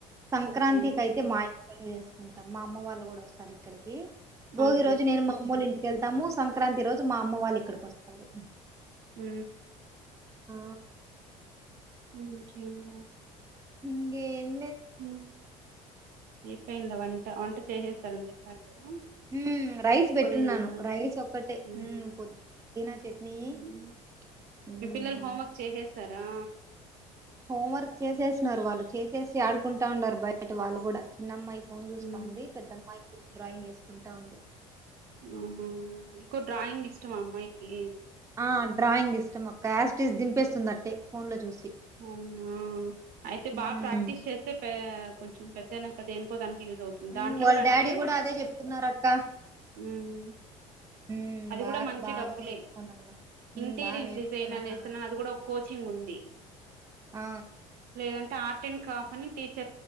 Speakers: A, on the right; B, on the right.
A: సంక్రాంతికి
B: ఓకే
A: అయితే మా ఇ చేసుకుంటాం మా అమ్మ వాళ్ళు కూడా వస్తారు ఇక్కడికి భోగి
B: ఆహా
A: రోజు నేను మా అమ్మ వాళ్ళ ఇంటికి వెళ్తాము సంక్రాంతి రోజు మా అమ్మ వాళ్ళ ఇక్కకి వస్తారు
B: హ
A: ఆ
B: మ్మ్ హ్మ్
A: ఎం
B: హ్మ్ అయిపోయిందా వంట వంట చేసేస్తారని చెప్పారు కదా
A: హ్మ్ రైస్ పెట్టున్నాను
B: పుదీనా ప
A: రైస్ ఒక్కటే
B: ఉమ్
A: మ్మ్ పోదు పొదినా చట్నీ
B: ఉమ్
A: ఉమ్,
B: మీ పిల్లలు హోంవర్క్ చేసేసారా
A: హోం వర్క్ చేసేసినారు వాళ్ళు చేసేసి ఆడుకుంటా ఉండారు బయట వాళ్ళు కూడా చిన్న అమ్మాయి ఫోన్ చూస్తా
B: ఉమ్
A: ఉంది పెద్ద అమ్మాయి డ్రాయింగ్ వేసు కుంతోంది
B: అవునా ఎక్కు డ్రాయింగ్ ఇష్టమా అమ్మాయికి
A: ఆ డ్రాయింగ్ ఇష్టం అక్క యాసిటీస్ దింపేస్తుందిందట్టే ఫోన్ లో చూసి
B: అవునా అయితే బాగా
A: ఉమ్
B: ప్రాక్టీస్ చేస్తే పే కొంచెం పెద్ద అయినాకా దేనికో దానికీ యూస్ అవుతుంది
A: ఉమ్,
B: దాంట్లో
A: వాళ్ళ
B: కూడా అంటే
A: డాడీ కూడా అదే చెప్తున్నారు అక్క
B: మ్మ్
A: ఉమ్,
B: అది
A: బా
B: కూడా మంచి
A: బాగా
B: డబ్బులే
A: నేర్చుకోనన్న
B: ఇంటీరియర్
A: బాగా నేర్చుకోనన్న
B: డిజైన్ అనేసి అని అది కూడా ఒక కోర్స్ చింగ్ ఉంది
A: ఆ
B: లేదంటే ఆర్ట్ అండ్ క్రాఫ్ట్ అని టీ